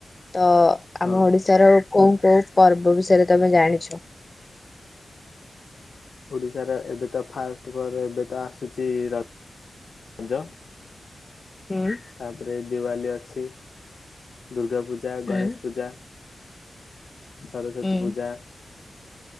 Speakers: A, on the left; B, on the left.
A: ତ
B: ହଁ।
A: ଆମ ଓଡିଶାର କୋଉ କୋଉ ପର୍ବ ବିଷୟରେ ତମେ ଜାଣିଛ?
B: ଓଡ଼ିଶାର ଏବେ ତ ଫାଷ୍ଟ ପରେ ଏବେ ତ ଆସୁଛି ରଜ
A: ହୁଁ
B: ତାପରେ ଦିୱାଲି ଅଛି। ଦୁର୍ଗା ପୂଜା,
A: ହୁଁ
B: ଗଣେଶ ପୂଜା ସରସ୍ଵତୀ
A: ହୁଁ
B: ପୂଜା